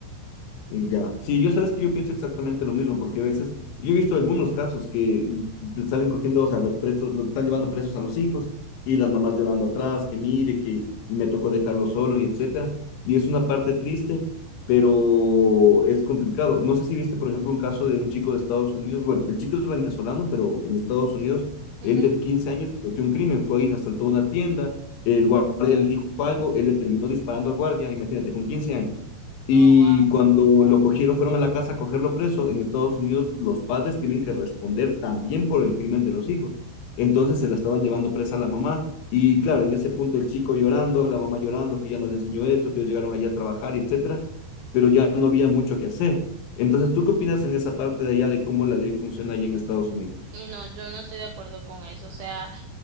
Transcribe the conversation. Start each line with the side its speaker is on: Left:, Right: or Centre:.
Left: Ya, sí, yo sabes que yo pienso exactamente lo mismo, porque a veces, yo he visto algunos casos que le salen cogiendo, o sea, los presos, los están llevando presos a los hijos y las mamás llorando atrás, que mire, que me tocó dejarlo solo y etcétera. Y es una parte triste, pero es complicado. No sé si viste, por ejemplo, un caso de un chico de Estados Unidos, bueno, el chico es venezolano, pero en Estados Unidos,
Right: Ujú.
Left: él de 15 años cometió un crimen, fue y asaltó una tienda, el guardia le dijo algo, él le terminó disparando al guardia, imagínate, con 15 años. Y
Right: Oh, wow.
Left: cuando lo cogieron, fueron a la casa a cogerlo preso. En Estados Unidos, los padres tienen que responder también por el crimen de los hijos. Entonces se la estaban llevando presa a la mamá. Y claro, en ese punto el chico llorando, la mamá llorando, que ya no le enseñó eso, que ellos llegaron allá a trabajar, y etcétera. Pero ya no había mucho que hacer. Entonces, ¿tú qué opinas en esa parte de allá de cómo la ley funciona allá en Estados Unidos?
Right: No, yo no estoy de acuerdo con eso. O sea,